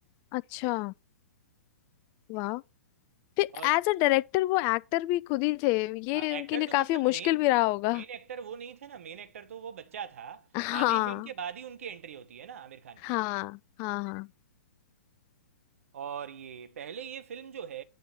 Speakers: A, on the left; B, on the right.
A: अच्छा वाह फिर
B: और
A: एज अ डायरेक्टर वो एक्टर भी खुद ही थे ये
B: हाँ
A: उनके
B: एक्टर
A: लिए
B: तो मतलब
A: काफी मुश्किल
B: मेन
A: भी रहा होगा
B: मेन एक्टर वो नहीं थे ना मेन एक्टर तो वो बच्चा था
A: हाँ
B: आधी फिल्म के बाद ही उनकी एंट्री होती है ना आमिर खान
A: हाँ
B: की
A: हाँ हाँ
B: और ये पहले ये फिल्म जो है